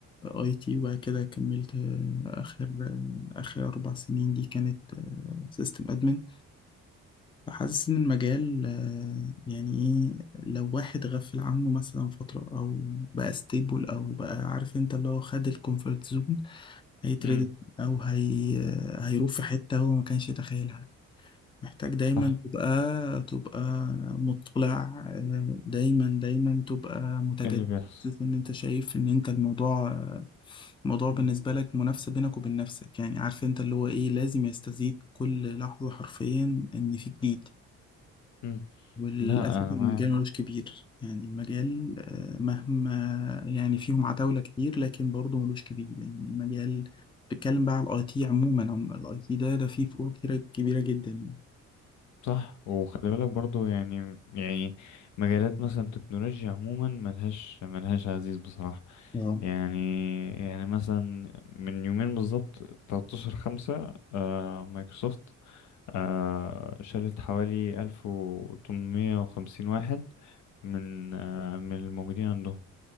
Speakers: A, on the left; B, on the left.
A: اي تي وبعد كده كملت آه، اخر آه، اخر اربع سنين دي كانت سيستم ادمن فحاسس ان المجال آه، يعني ايه لو واحد غفل عنه مثلا فتره او بقى ستيبل او بقى عارف انت اللي هو خد الكومفورت زون هيتردد
B: امم
A: او هي آه، هيروح في حته هو ما كانش يتخيلها محتاج دايما
B: صح
A: تبقى تبقى مطلع آه، دايما دايما تبقى متجدد
B: ايه اللي بيحصل
A: ان انت شايف ان انت الموضوع الموضوع
B: امم
A: بالنسبة لك منافسة بينك وبين نفسك يعني عارف انت اللي هو ايه لازم يستزيد كل لحظة حرفيا ان في جديد
B: أمم.
A: وللأسف
B: لا انا
A: المجال
B: معاك
A: ملوش كبير يعني المجال آه، مهما يعني فيهم عتاولة كتير لكن برضه ملوش كبير يعني المجال بتكلم بقى على الاي تي عموما الاي تي ده ده فيه فروق كتيرة كبيرة جدا يعني
B: صح وخلي بالك برضو يعني يعني مجالات مثلا تكنولوجيا عموما ملهاش ملهاش عزيز بصراحة
A: اه
B: يعني يعني مثلا من يومين بالظبط 13 خمسة آه مايكروسوفت آه شالت حوالي 1850 واحد من آه من الموجودين عندهم